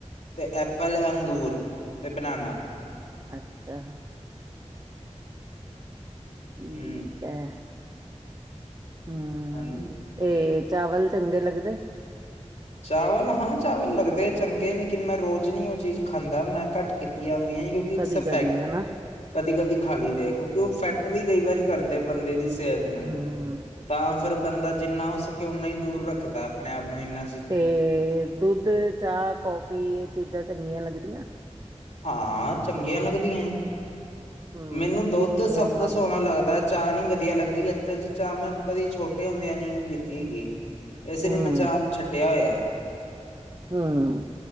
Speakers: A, on the left; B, on the right.
A: ਤੇ ਐੱਪਲ ਅੰਗੂਰ ਤੇ ਬਨਾਨਾ
B: ਅੱਛਾ
A: ਹੂੰ
B: ਠੀਕ ਹੈ ਹਮ
A: ਹਾਂਜੀ।
B: ਤੇ ਚਾਵਲ ਚੰਗੇ ਲੱਗਦੇ ਨੇ
A: <inaudible> ਚਾਵਲ ਹਾਂ ਚਾਵਲ ਲੱਗਦੇ ਚੰਗੇ ਲੇਕਿਨ ਮੈਂ ਰੋਜ਼ ਨਹੀਂ ਉਹ ਚੀਜ਼ ਖਾਂਦਾ ਮੈਂ ਘੱਟ ਕੀਤੀਆਂ ਹੋਈਐ।
B: ਕਦੀ ਕਦੀ
A: ਫੈਕਟ
B: ਹਨਾ
A: ਕਦੀ ਕਦੀ ਖਾ ਲਈਦੈ ਕਿਉਂਕਿ ਉਹ ਇਫੈਕਟ ਵੀ ਕਈ ਵਾਰੀ ਕਰਦੇ ਬੰਦੇ ਦੀ ਸਿਹਤ ਨੂੰ
B: ਹੂੰ।
A: ਤਾਂ ਫਿਰ ਬੰਦਾ ਜਿੰਨਾ ਹੋ ਸਕੇ ਓਨਾ ਹੀ ਦੂਰ ਰੱਖਦੈ ਆਪਣੇ ਆਪ ਨੂੰ ਇੰਨਾ
B: ਤੇ ਦੁੱਧ ਚਾਹ ਕੌਫੀ ਇਹ ਚੀਜ਼ਾਂ ਚੰਗੀਆਂ ਲੱਗਦੀਐ।
A: ਹਾਂ ਚੰਗੀਆਂ ਲੱਗਦੀਐ
B: ਹੂੰ,
A: ਮੈਨੂੰ ਦੁੱਧ
B: ਕੀ ਪੀਂਦੇ
A: ਸਭ
B: ਉਹਨਾਂ
A: ਤੋਂ ਸੁਆਦ
B: ਚੋਂ?
A: ਲੱਗਦਾ ਚਾਹ ਨੀ ਵਧੀਆ ਲੱਗਦੀ ਅਸਲ ਚ ਚਾਹ ਮੈਂ ਕਦੇ ਛੋਟੇ ਹੁੰਦਿਆਂ ਨੇ ਨੀ ਪੀਤੀ ਹੈਗੀ ਇਸੇ
B: ਹੂੰ,
A: ਲਈ ਮੈਂ ਚਾਹ ਨੂੰ ਛੱਡਿਆ ਹੋਇਐ।
B: ਹਮ